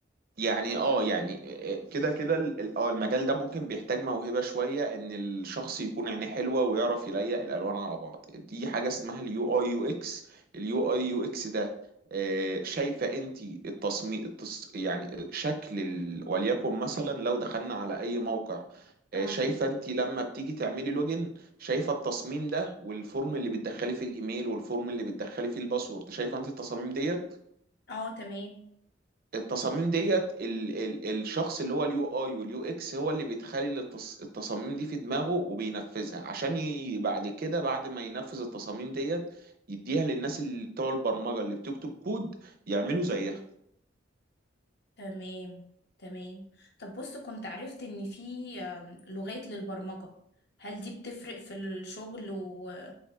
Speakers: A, on the right; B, on the left.
A: يعني اه يعني آه، آه، كده كده ال- ال- اه المجال ده ممكن بيحتاج موهبة شوية ان الشخص يكون عينيه حلوة ويعرف يليق الالوان على بعض دي حاجة اسمها اليو اي يو اكس اليو اي يو اكس ده آه، شايفة انت التصميم التص... يعني آه، شكل ال... وليكن مثلا لو دخلنا على اي موقع آه،
B: اه
A: شايفة انت لما بتيجي تعملي لوجن شايفة التصميم ده والفورم اللي بتدخلي فيه الايميل والفورم اللي بتدخلي فيه الباسورد شايفة انت التصاميم ديت
B: اه تمام
A: التصاميم ديت ال ال الشخص اللي هو اليو اي واليو اكس هو اللي بيتخيل التص التصاميم دي في دماغه وبينفذها عشان ي بعد كده بعد ما ينفذ التصاميم ديت يديها للناس اللي بتوع البرمجة اللي بتكتب كود يعملوا زيها
B: تمام تمام طب بص كنت عرفت ان في آم، لغات للبرمجة هل دي بتفرق في الشغل و...